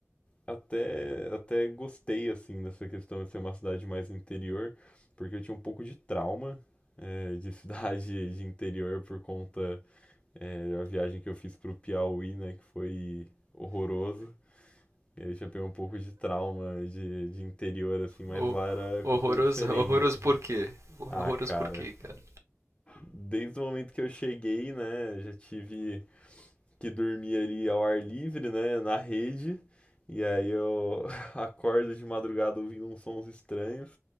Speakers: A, on the left; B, on the right.
A: Até, até gostei assim dessa questão de ser uma cidade mais interior, porque eu tinha um pouco de trauma eh, de <laughs> cidade de interior por conta eh, da viagem que eu fiz pro Piauí, né, que foi horroroso. E aí eu já peguei um pouco de trauma de, de interior, assim, mas
B: O,
A: lá era
B: horroroso,
A: completamente diferente.
B: horroroso por quê? Horroroso
A: Ah, cara,
B: por quê, cara?
A: desde o momento que eu cheguei, né, já tive que dormia ali ao ar livre, né, na rede, e aí eu <laughs> acordo de madrugada ouvindo uns sons estranhos,